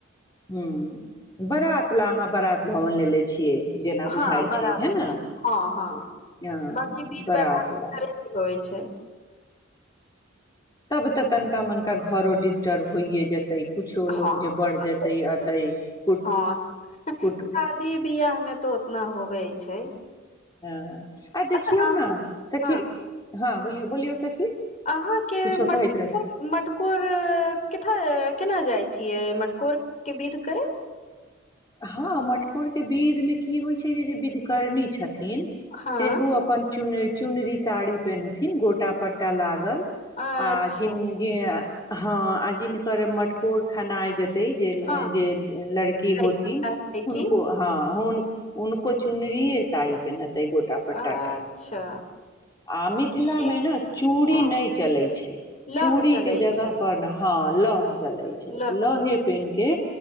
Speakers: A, on the left; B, on the left.
A: हूँ बरात ला अहाँ बारात भवन लेेले छियै जेना
B: हँ
A: बुझाइ
B: बरात
A: छै है
B: ल
A: ने
B: हँ हँ
A: अ
B: बाँकी विध
A: बरात
B: व्यवहार
A: लए
B: घरे से होइत छै
A: तब तऽ तनिका मनिका घरो डिस्टर्ब होइए जेतै कुछो
B: हँ
A: लोक जे बढ़ जेतै
B: तऽ
A: एतै कुट
B: हँ
A: कुट
B: शादी बियाह मे तऽ उतना होबै छै
A: हँ आ देखियौ
B: अच्छा अहाँ
A: ने सखी
B: हँ
A: हँ बोलियो बोलियो सखी
B: अहाँके
A: कुछो
B: मट
A: कहैत रहे
B: मटकोर केथ केना जाइ छिय मटकोर के बिध करे
A: हँ मटकोरके विधिमे की होइत छै जे जे विधकरनी छथिन
B: हँ
A: सेहो अपन चुन चुनरी साड़ी पेननेथिन गोटा पट्टा लागल
B: अच्छा
A: आ जिन जिअ ह आ जिनकर मटकोर खाना आ जेते तैहि जेऽ
B: हँ
A: जे लड़की
B: चाहै
A: होथिन हुनको
B: कि
A: हँ अ उन उनको चुनरी साड़ी पेनहत अ गोटा पट्टा
B: अच्छा
A: के आ मिथिला
B: ठीक
A: मे ने
B: छै
A: चूड़ी
B: हँ
A: नहि चले छै
B: लह
A: चूड़ी
B: चलै
A: के जगह
B: छै
A: पर ने ह लह चलै छै
B: लह
A: लहे पेनह के